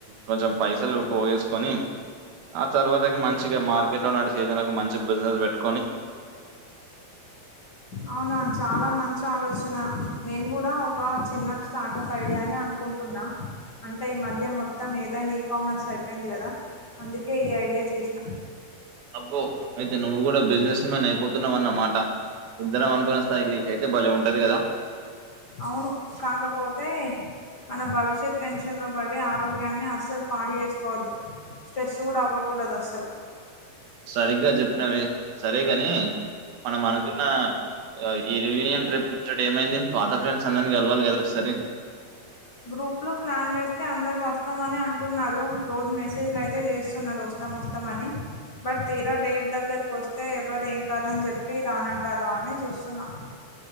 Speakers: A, on the right; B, on the left.
A: కొంచెం పైసలు పోగేసు కొని ఆ తర్వాత ఇగ మంచిగ మార్కెట్ లో నడిచే ఏదన ఒక మంచి బిజినెస్ వెట్టు
B: అవునా చాలా మంచి ఆలోచన నేన్ గూడా ఒక చిన్న స్టార్ట్అప్ ఐడియా అని అనుకుటున్నా అంటే ఈ మధ్య మొత్తం ఏదై నీ కామర్స్ అయిపోయింది గదా అందుకే ఈ ఐడియా చేసినా
A: అబ్బో అయితే నువ్వు కూడా బిజినెస్ మ్యాన్ అయిపోతున్నావ్ అన్నమాట ఇద్దరం అనుకున్న స్థాయికి రీచ్ అయితే భలే ఉంటది గదా
B: అవును కాకపోతే మన భవిష్యత్ టెన్షన్ లో పడి ఆరోగ్యాన్ని అస్సలు పాడు ఏసుకోవద్దు స్ట్రెస్సు గూడా అవ్వకూడదు అస్సలు
A: సరిగ్గా జెప్పినవే సరే గానీ మనం అనుకున్న ఈ రివూనియన్ ట్రిప్ ముచ్చట ఏమైంది పాత ఫ్రెండ్స్ అందర్ని గలవాలి గదా ఒకసారి
B: గ్రూప్ లో ప్లాన్ వేస్ తే అందరు వస్తామని అంటున్నారు రోజు మెసేజ్లు అయితే జేస్తున్నారు ఒస్తం ఒస్తం అని బట్ తీరా డేట్ దగ్గరు కొస్తే ఎవ్వరు ఏం కారణం జెప్పి రానంటారో అని చూస్సున్న <inaudible>